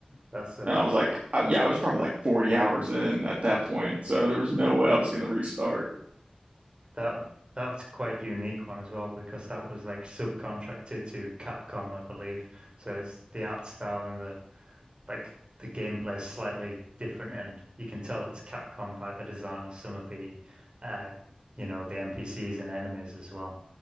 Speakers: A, on the right (about 40°); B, on the right (about 60°).
A: that sucks.
B: And I was like, I, yeah, I was probably like 40 hours in at that point, so there was no way I was gonna restart.
A: That that's quite unique one as well because that was like subcontracted to Capcom, I believe. So it's the art style and the like the gameplay is slightly different, and you can tell it's Capcom by the design of some of the, uh, you know, the NPCs and enemies as well,